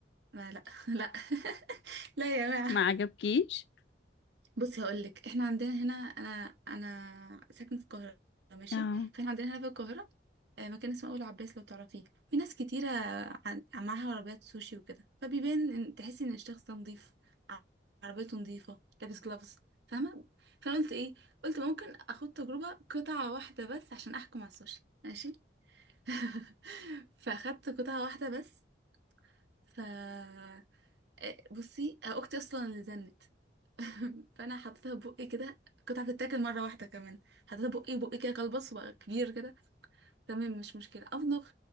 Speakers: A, on the right; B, on the left.
A: ما لا <laughs> لا لا يا جماعه
B: ما عجبكيش
A: بصي هقول لك احنا عندنا هنا انا انا ساكنه في القاهره ماشي
B: اه
A: فاحنا عندنا هنا في القاهره آه، مكان اسمه اول عباس لو تعرفيه في ناس كتيره عن- معاها عربيات سوشي وكده فبيبان ان تحسي ان الشخص ده نظيف ع- عربيته نظيفه لابس جلافز فاهمه فانا قلت ايه قلت ممكن اخد تجربه قطعه واحده بس عشان احكم على السوشي ماشي <laughs> فاخدت قطعه واحده بس ف آه، بصي آه، اختي اصلا اللي زنت <laughs> فانا حطيتها بقي كده كنت هتتاكل مره واحده كمان حطيتها بقي بقي كده كلبص وبقى كبير كده تمام مش مشكله امضغ